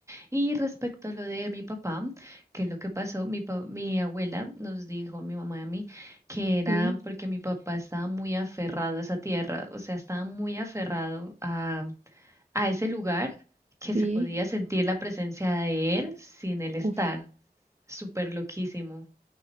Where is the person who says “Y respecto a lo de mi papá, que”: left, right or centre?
Right